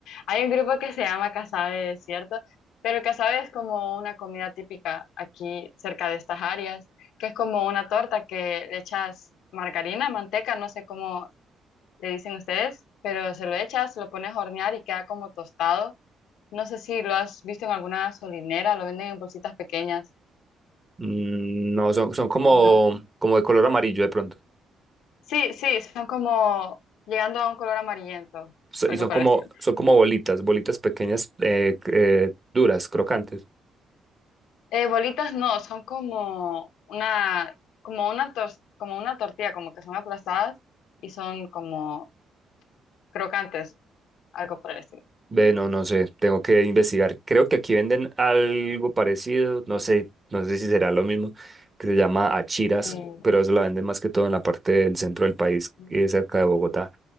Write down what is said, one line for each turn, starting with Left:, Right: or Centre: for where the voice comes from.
Left: Hay un grupo que se llama Casabe, ¿cierto? Pero casabe es como una comida típica aquí cerca de estas áreas, que es como una torta que le echas margarina, manteca, no sé cómo le dicen ustedes, pero se lo echas, lo pones a hornear y queda como tostado. No sé si lo has visto en alguna gasolinera, lo venden en bolsitas pequeñas.
Right: Mm, No, son, son como,
Left: No.
Right: como de color amarillo de pronto.
Left: Sí, sí, son como llegando a un color amarillento,
Right: So-
Left: algo
Right: Y son
Left: por
Right: como,
Left: el estilo.
Right: son como bolitas, bolitas pequeñas, eh, eh, duras, crocantes.
Left: Eh, bolitas no, son como una, como una tos- como una tortilla, como que son aplastadas y son como crocantes, algo por el estilo.
Right: Ve, no, no sé, tengo que investigar. Creo que aquí venden algo parecido, no sé, no sé si será lo mismo, que se llama achiras,
Left: Mm.
Right: pero eso la venden más que todo en la parte del centro del país,
Left: Mm.
Right: eh, cerca de Bogotá.